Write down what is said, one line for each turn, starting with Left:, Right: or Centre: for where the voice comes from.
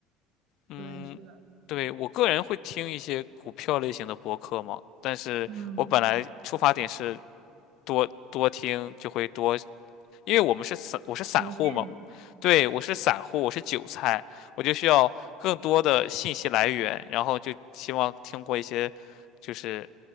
Left: 嗯，
Right: 对，是的，
Left: 对，我个人会听一些股票类型的播客嘛，但是我本来出发点是
Right: 嗯，
Left: 多多听，就会多因为我们是散，我是散户嘛，
Right: 实践，
Left: 我对，我是散户，我是韭菜，我就需要更多的信息来源，然后就希望听过一些就是